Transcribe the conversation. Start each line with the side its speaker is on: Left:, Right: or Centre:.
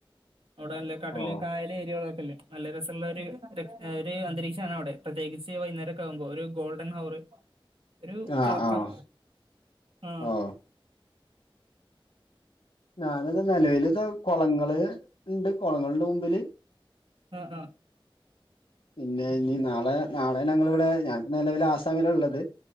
Right: അയുടെ നല്ലെ കടലും
Left: ഓ
Right: കായലും ഏരിയ കളൊക്കെയില്ലെ നല്ല രസ ഇള്ളൊര് ഒര് ഒര് അന്തരീക്ഷാണ് അയുടെ പ്ര ത്യേകിച്ച് വൈന്നേരൊക്കെ ആകുമ്പോ ഒര് ഗോൾഡെൻ ഹവറ് ഒരു
Left: ആഹ്
Right: തെളക്കം
Left: ആഹ്
Right: ആഹ്
Left: ഓ ഞാനത് നിലവലിത കൊളങ്ങള് ഉണ്ട് കൊളങ്ങളുടെ മുമ്പില്
Right: ആഹ് -ആഹ്
Left: പിന്നെ ഇനി നാളെ നാളെ ഞങ്ങളിവിടെ ഞാനിപ്പ നിലവില് ആസാമില ഉള്ളത്